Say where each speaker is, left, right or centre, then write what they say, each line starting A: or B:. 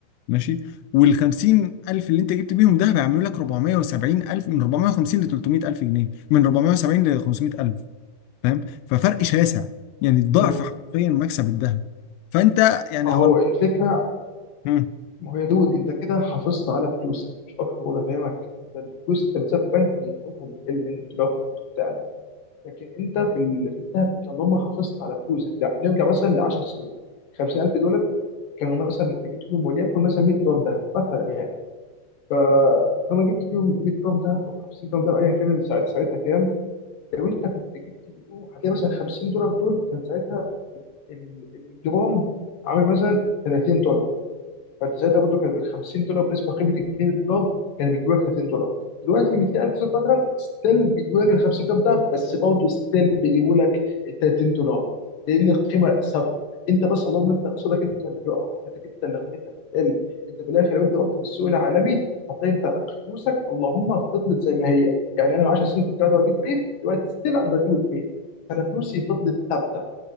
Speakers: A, on the left; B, on the left.
A: ماشي وال 50 الف اللي انت جبت بيهم ده هيعملوا
B: مم.
A: لك 470 الف من 450 ل 300 الف جنيه من 470 ل 500 الف فاهم ففرق شاسع يعني الضعف
B: تمام
A: حرفيا مكسب الذهب فانت يعني
B: اهو
A: هو
B: الفكره
A: مم.
B: ما هو يا دود انت كده حافظت على فلوسك مش اكتر وده فاهمك انت الفلوس انت بتسيبها في البنك هي قيمتها بتقل لان الدولار قيمته بتعلى لكن انت في ال... في الذهب انت اللهم حافظت على فلوسك لا نرجع مثلا ل 10 سنين 50000 دولار كانوا مثلا انت جبت فيهم وليكن مثلا 100 جرام ذهب مثلا يعني ف- فلما جبت فيهم 100 جرام ذهب او 50 جرام ذهب ايا كان ساعت- ساعتها كام لو انت كنت جبت فيهم هتلاقي مثلا 50 دولار دول كان ساعتها ال- الجرام عامل مثلا 30 دولار فانت ساعتها برضه كانت بال 50 دولار بالنسبه لقيمه الجنيه للدولار كان بيجيب لك 30 دولار دلوقتي 200000 زوت مثلا ستيل بيجيبوا لك ال 50 دولار ده بس برضه ستيل بيجيبوا لك ال 30 دولار لان القيمه ثابته انت بس اللهم انت اقتصادك انت اللي بيقع قيمتك انت اللي قيمتها بتقل انت بالاخر لو انت رحت بالسوق العالمي هتلاقي انت فلوسك اللهم فضلت زي ما هي يعني انا من 10 سنين كنت قادر اجيب بيت دلوقتي ستيل اقدر اجيب البيت فانا فلوسي فضلت ثابته